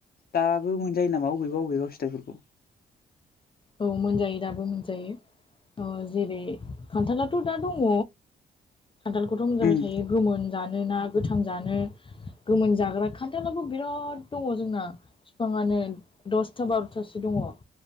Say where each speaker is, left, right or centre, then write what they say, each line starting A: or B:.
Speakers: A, on the left (about 50°); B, on the left (about 25°).
A: दाबो मोनजायो नामा बबेबा बबेबा फिथाइफोरखौ
B: औ मोनजायो दाबो मोनजायो जेरै खान्थालाथ' दा दङ खान्थालखौथ' मोनजाबाय
A: उम
B: थायो गोमोन जानो ना गोथां जानो गोमोन जाग्रा खान्थालाबो बिराद दङ जोंना बिफाङानो दसथा बार'थासो दङ